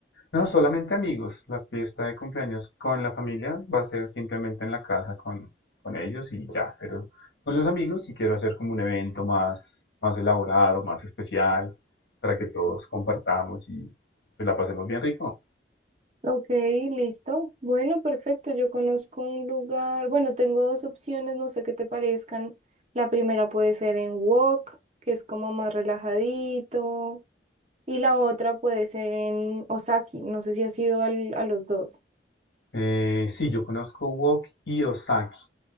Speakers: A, on the left; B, on the right.
A: No, solamente amigos. La fiesta de cumpleaños con la familia va a ser simplemente en la casa con, con ellos y ya, pero con los amigos sí quiero hacer como un evento más, más elaborado, más especial, para que todos compartamos y pues la pasemos bien rico.
B: Ok, listo. Bueno, perfecto. Yo conozco un lugar. Bueno, tengo dos opciones, no sé qué te parezcan. La primera puede ser en Wok, que es como más relajadito, y la otra puede ser en Osaki. No sé si has ido al- a los dos.
A: Eh, sí, yo conozco Wok y Osaki.